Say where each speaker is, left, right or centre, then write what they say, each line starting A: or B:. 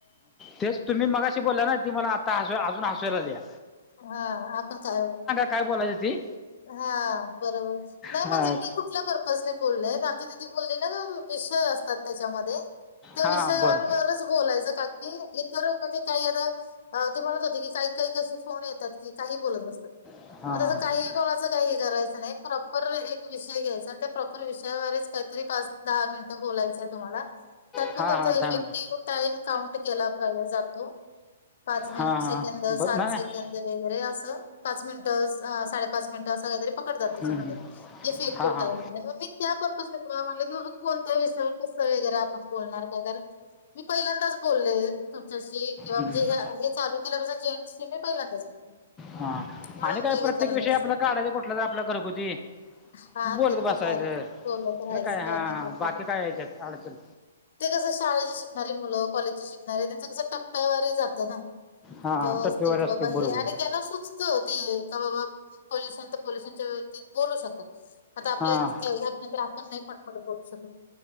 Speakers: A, on the left; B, on the left.
A: तेच तुम्ही मगाशी बोलल्या ना ते मला आता हसु अजुन हसु यायला लागलया
B: हां आपण काय होय
A: काय बोलाय ती
B: हां बरोबरच नाही
A: हा,
B: म्हणजे मी कुठ कुठल्या पर्पजने बोलले आमची दिदी बोलली ना प्रश्न असतात त्याच्यामध्ये त्या
A: हा
B: विषयांवरच
A: बरं
B: बरच बोलायच काकी इतर म्हणजे काही आता ते म्हणत होते की काही काही अशे फोन येतात की काही बोलत बसतात
A: हां
B: म तस
A: हां
B: काही कोणाच काही करायच नाही एक प्रॉपर एक विषय घ्यायचा आणि त्या प्रॉपर विषयावरच काही तरी पाच- दहा मिनिटं बोलायच तुम्हाला त्यात पण
A: हां
B: तुमचा
A: हां
B: इफेक्टिव्ह
A: दहा मिनटं
B: टाइम काउंट केला पाहि जातो पाच मिनिट,
A: हां हां
B: सेकंद
A: बरं
B: सात
A: नाही नाही.
B: सेकंद वगैरे अस पाच मिनिट साडेपाच मिनिट अस काहीतरी पकडतात त्याच्यामध्ये
A: हं, हं.
B: इफेक्टिव्ह
A: हां हां
B: टाईम मध्ये मग मी त्या पर्पस तुला म्हटल की कोणत्या विषयावर कस वगैरे पण बोलणार काय कारण मी पहिल्यांदाच बोलले तुमच्याशी किंवा
A: हं,
B: म्हणजे हे चालु केल्यापासन जेंटसशी मी पहिल्यांदाच बोलले
A: हा
B: म्हणून
A: आणि काय
B: मी
A: प्रत्येक
B: विचारलं
A: विषयी
B: असं.
A: आपला काढायच कुठला तर आपल्या घरगुती
B: हां,
A: बोलत
B: ते
A: बसायच
B: तर झालंच. बोलत राहायचं
A: मग काय
B: काही
A: हा
B: नाही.
A: बाकी काय हेच्यात अडचण
B: ते कस शाळेचे शिकणारी मुल कॉलेजची शिकणारे त्यांच कस टप्प्यावारही जातय ना
A: हां
B: व्यवस्थित
A: टप्पेवर असते
B: बाबा
A: बरोबर
B: हे आणि त्यांन सुचत ती का बाबा पोल्युशन तर पोल्युशनच्या वरती बोलु शकतो आता आपल्या
A: हां
B: इथ आपण नाही पटपट शकत